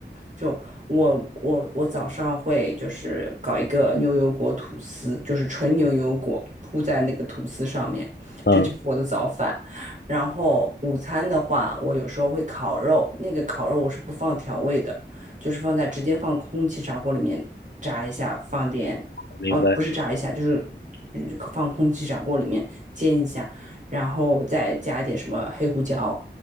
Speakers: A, on the right; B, on the left.
A: 就我我我早上会就是搞一个牛油果吐司，就是纯牛油果铺在那个吐司上面，
B: 嗯，
A: 这就是我的早饭。然后午餐的话，我有时候会烤肉，那个烤肉我是不放调味的。就是放在直接放空气炸锅里面炸一下，放点，
B: 明白，
A: 哦，不是炸一下，就是嗯放空气炸锅里面煎一下，然后再加一点什么黑胡椒，